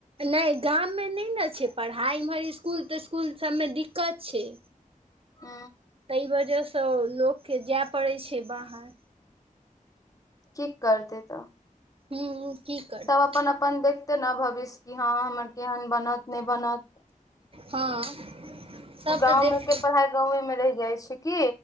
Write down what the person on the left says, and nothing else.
हू
की करतै तऽ
सब अपन अपन देखतै न भविष्य कि हँ हमर केहन बनत नै बनत
गाँव
मे के पढ़ाई गावें मे रहि जाइ छै की